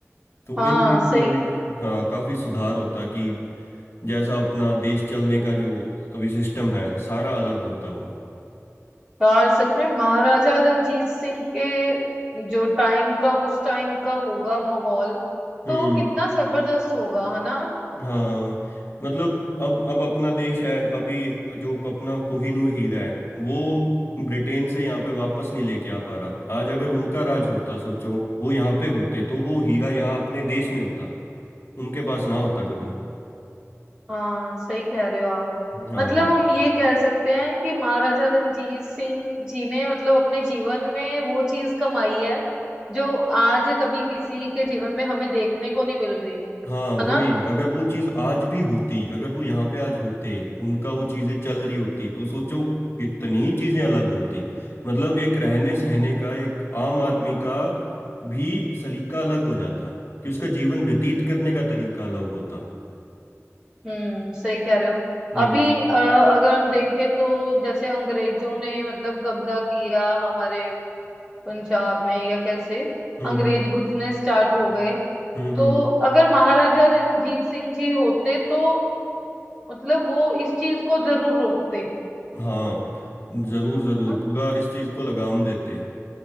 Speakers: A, on the left; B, on the right.
A: तो
B: हाँ
A: इन चीजों
B: सही
A: में भी हाँ काफी सुधार होता कि जैसा अपना देश चलने का जो अभी सिस्टम है सारा अलग होता वो
B: यार सच में महाराजा रणजीत सिंह के जो टाइम का उस टाइम का होगा माहौल
A: हम्म
B: तो वो कितना जबरदस्त होगा है ना
A: हाँ मतलब अब अब अपना देश है अभी जो अपना कोहिनूर हीरा है वो ब्रिटेन से यहाँ पे वापस नहीं लेके आ पा रहा आज अगर उनका राज होता सोचो वो यहाँ पे होते तो वो हीरा यहाँ अपने देश में होता उनके पास ना होता कभी
B: हाँ सही कह रहे हो आप
A: हाँ
B: मतलब हम ये कह सकते हैं कि महाराजा रणजीत सिंह जी ने मतलब अपने जीवन में वो चीज कमाई है जो आज कभी किसी के जीवन में हमें देखने को नहीं मिल रही
A: हाँ
B: है ना
A: वही अगर वो चीज आज भी होती अगर वो यहाँ पे आज होते उनका वो चीजें चल रही होती तो सोचो कितनी चीजें अलग होती मतलब एक रहने सहने का एक आम आदमी का भी सलीका अलग हो जाता कि उसका जीवन व्यतीत करने का तरीका अलग होता
B: हम्म सही कह रहे हो
A: हम्म
B: अभी अ, अगर हम देखें तो जैसे अंग्रेजों ने मतलब कब्जा किया हमारे पंजाब में या कैसे
A: हम्म
B: अंग्रेज
A: हम्म
B: घुसने स्टार्ट हो गए
A: हम्म हम्म।
B: तो अगर महाराजा रणजीत सिंह जी होते तो मतलब वो इस चीज को जरूर रोकते
A: हाँ जरूर जरूर
B: हाँ,
A: पूरा इस चीज को लगाम देते